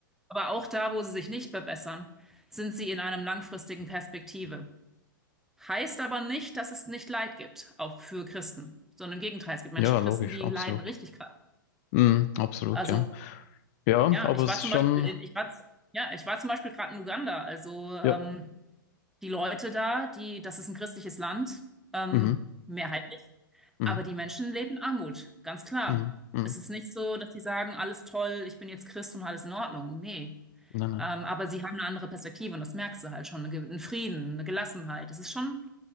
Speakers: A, in the centre; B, on the left.
A: Aber auch da, wo sie sich nicht verbessern, sind sie in einem langfristigen Perspektive. Heißt aber nicht, dass es nicht Leid gibt, auch für Christen, sondern im Gegenteil, es gibt Menschen,
B: Ja,
A: Christen,
B: logisch,
A: die
B: absolut.
A: leiden richtig krass.
B: Mhm. Absolut,
A: Also,
B: ja. Ja,
A: ja,
B: aber
A: ich
B: es
A: war
B: ist
A: zum
B: schon,
A: Beispiel in, ich war, z- ja, ich war zum Beispiel gerade in Uganda. Also, ähm,
B: ja.
A: die Leute da, die, das ist ein christliches Land, ähm,
B: Mhm.
A: mehrheitlich,
B: Mhm.
A: aber die Menschen leben in Armut, ganz klar.
B: Mhm. Mhm.
A: Es ist nicht so, dass sie sagen, alles toll, ich bin jetzt Christ und alles in Ordnung. Nee.
B: Nein, nein,
A: Ähm, aber sie haben eine andere Perspektive und das merkst du halt schon. Eine Ge- Einen Frieden, eine Gelassenheit. Es ist schon,